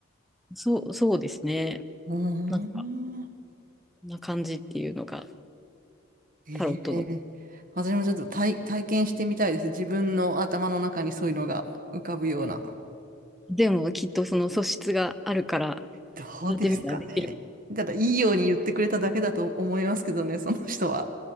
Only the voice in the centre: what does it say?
そう、そうですね。
なんか、こんな感じっていうのが
タロットの。
でもきっとその素質があるから、
やってみたらできる。